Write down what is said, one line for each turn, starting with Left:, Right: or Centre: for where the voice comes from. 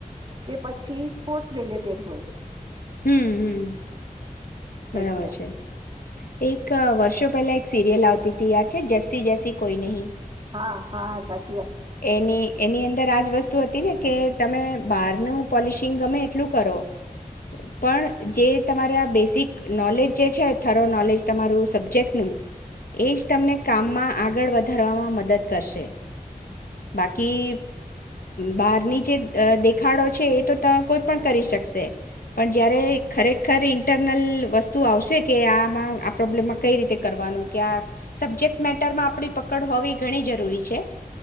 Right: કે પછી સ્પોર્ટ્સ રિલેટેડ હોય
Left: હમ હમ. બરાબર
Right: એટલે
Left: છે એક વર્ષો પહેલા એક સિરિયલ આવતી યાદ છે, જેસી જેસી કોઈ નહી.
Right: હા હા હા સાચ
Left: એની એની અંદર આજ વસ્તુ હતી ને કે તમે બહારનું પોલિશિંગ ગમે એટલું કરો પણ, જે તમારે આ બેઝિક નોલેજ જે છે થરો નોલેજ તમારું સબ્જેક્ટનું, એ જ તમને કામમાં આગળ વધારવામાં મદદ કરશે. બાકી બહારની જે દેખાડો છે, એ તો ત કોઈ પણ કરી શકશે પણ જ્યારે ખરેખર ઈન્ટરનલ વસ્તુ આવશે કે, આમાં આ પ્રોબ્લેમમાં કઈ રીતે કરવાનું કે આ સબ્જેક્ટ મેટરમાં આપણી પકડ હોવી ઘણી જરૂરી છે.